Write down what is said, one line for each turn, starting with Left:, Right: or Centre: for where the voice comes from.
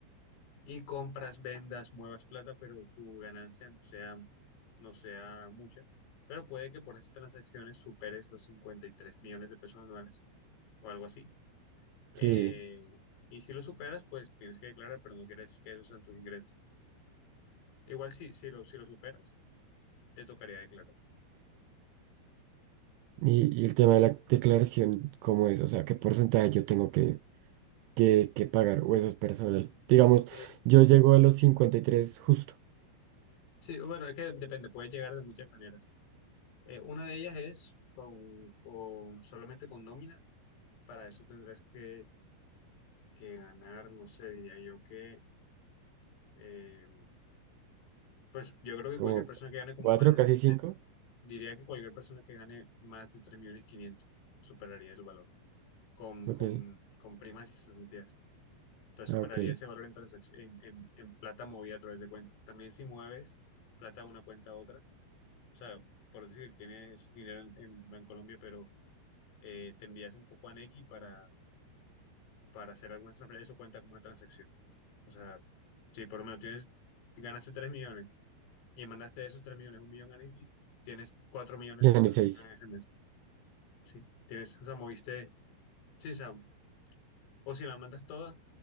Left: y compras, vendas, muevas plata, pero tu ganancia no sea, no sea mucha. Pero puede que por esas transacciones superes los 53 millones de pesos anuales o algo así. Eh,
Right: sí.
Left: y si lo superas, pues tienes que declarar, pero no quiere decir que esos sean tus ingresos. Igual si, si lo, si lo superas, te tocaría declarar.
Right: Y, y el tema de la declaración, ¿cómo es? O sea, ¿qué porcentaje yo tengo que... que, que pagar, o eso es personal. Digamos,
Left: Eh,
Right: yo llego a los 53 justo,
Left: sí, bueno, es que depende, puede llegar de muchas maneras. Eh, una de ellas es con, con- solamente con nómina, para eso tendrás que, que ganar, no sé, diría yo que, eh, pues yo creo que
Right: como
Left: cualquier persona que gane como
Right: cuatro
Left: más de,
Right: casi cinco
Left: de- diría que cualquier persona que gane más de tres millones quinientos superaría su valor, con,
Right: Ok,
Left: con, con primas y cesantías. Entonces
Right: ah,
Left: superaría
Right: ok.
Left: ese valor en, transac- en, en- en plata movida a través de cuentas. También si mueves plata de una cuenta a otra, o sea, por decir, tienes dinero en, en Bancolombia, pero eh, te envías un poco a Nequi para, para hacer algunas transferencias, eso cuenta como una transacción. O sea, si por lo menos tienes, ganaste 3 millones y mandaste de esos 3 millones, un millón a Nequi, tienes 4 millones
Right: Ya
Left: en
Right: ni
Left: transacciones
Right: 6.
Left: ese mes. Sí, tienes, o sea, moviste, sí, o sea, o si la mandas toda